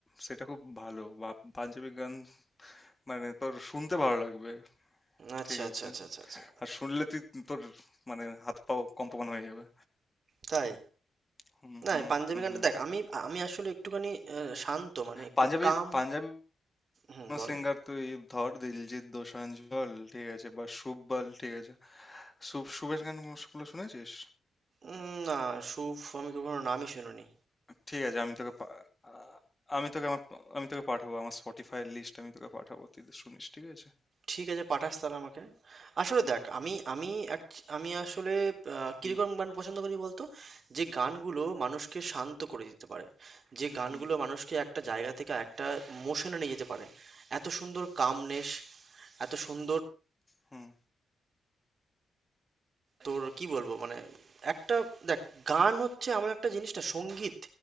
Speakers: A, on the left (about 20°); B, on the right (about 55°).
A: সেটা খুব ভালো বা পাঞ্জাবি গান মানে তোর শুনতে ভালো লাগবে
B: আচ্ছা,
A: ঠিক
B: আচ্ছা,
A: আছে
B: আচ্ছা, আচ্ছা, আচ্ছা।
A: আর শুনলে তুই তোর মানে হাত পা কম্পমান হয়ে যাবে
B: তাই?
A: হুম
B: না,
A: হুম
B: এই পাঞ্জাবি
A: হুম
B: গানটা
A: হুম।
B: দেখ আমি আমি আসলে একটুখানি অ্যা শান্ত মানে একটু
A: পাঞ্জাবি
B: কাম
A: পাঞ্জাবি
B: হুম, বল।
A: সিঙ্গার তুই ধর দিলজিৎ দোসাঞ্জ বল ঠিক আছে বা শুভ বল ঠিক আছে শুভ শুভের গানগুলো শুনেছিস
B: উম, না স্যুপ আমি কখনো নামই শুনিনি
A: ঠিক আছে আমি তোকে পা- আ- আমি তোকে আমার আমি তোকে পাঠাবো আমার স্পটিফাই লিস্ট আমি তোকে পাঠাবো তুই শুনিস ঠিক আছে
B: ঠিক আছে পাঠাস তাহলে আমাকে আসলে দেখ আমি আমি act- আমি আসলে আহ, কিরকম
A: হুম
B: গান পছন্দ করি বলতো যে গানগুলো মানুষকে শান্ত করে দিতে পারে যে গানগুলো
A: হুম
B: মানুষকে একটা জায়গা থেকে একটা মোশনে নিয়ে যেতে পারে এত সুন্দর কামনেস এত সুন্দর
A: হুম
B: তোর কি বলবো মানে একটা দেখ গান হচ্ছে এমন একটা জিনিস না সঙ্গীত